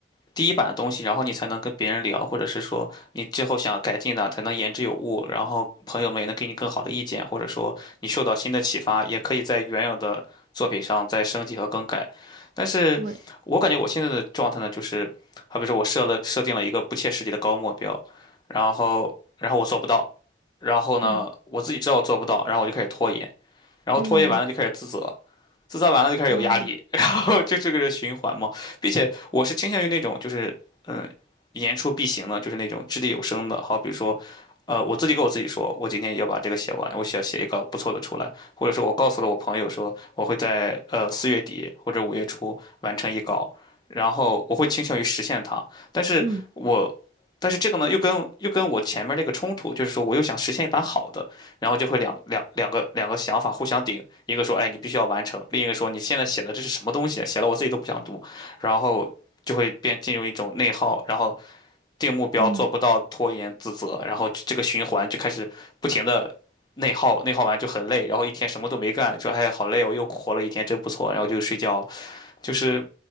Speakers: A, on the left (about 25°); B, on the right (about 40°).
A: 第一版的东西，然后你才能跟别人聊，或者是说你最后想改进的，才能言之有物，然后朋友们也能给你更好的意见，或者说你受到新的启发，也可以在原有的作品上再升级和更改。但是我感觉我现在的状态呢，
B: 对，
A: 就是好比说我设了设定了一个不切实际的高目标，然后然后我做不到，然后呢我自己知道我做不到，
B: 嗯
A: 然后我就开始拖延，然后拖延完了就开始自责。
B: 嗯
A: 自造完了就开始有压力，
B: 嗯
A: <laughs> 然后就这个是循环嘛。并且我是倾向于那种就是嗯言出必行的，就是那种掷地有声的。好比如说，呃，我自己跟我自己说，我今天要把这个写完，我想写一个不错的出来，或者说我告诉了我朋友说我会在呃四月底或者五月初完成一稿，然后我会倾向于实现它。但是我但是这个呢又跟又跟我前面那个冲突，
B: 嗯
A: 就是说我又想实现一版好的，然后就会两两两个两个想法互相顶，一个说，哎，你必须要完成；另一个说，你现在写的这是什么东西啊写了我自己都不想读，然后就会变进入一种内耗，然后定目标做不到，
B: 嗯嗯
A: 拖延自责，然后这个循环就开始不停的内耗，内耗完就很累，然后一天什么都没干，说，哎，好累哦我又活了一天，真不错，然后就睡觉了，就是